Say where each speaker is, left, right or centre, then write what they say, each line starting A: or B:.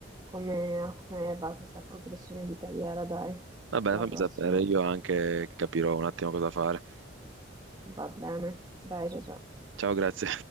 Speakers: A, on the right; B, on the right.
A: come, come va questa progressione di carriera, dai,
B: Va bene,
A: alla
B: fammi
A: prossima.
B: sapere, io anche capirò un attimo cosa fare.
A: Va bene, dai, ciao, ciao.
B: Ciao, grazie.